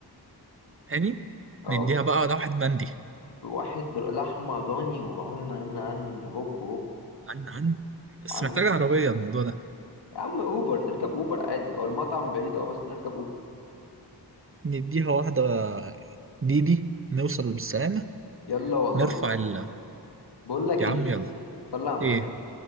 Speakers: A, on the right; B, on the left.
A: هاني
B: اه
A: نديها بقى ده واحد مندي
B: واحد لحمه ضاني وعن عن عن هوب هوب
A: عن عن بس
B: عن
A: محتاجة عربية الموضوع ده
B: يا عم اوبر نركب اوبر عادي هو المطعم بعيد اه بس نركب اوبر
A: نديها واحدة ديدي نوصل بالسلامة
B: يلا والله
A: نرفع ال
B: بقول لك
A: يا
B: ايه
A: عم يلا
B: صلي على النبي
A: ايه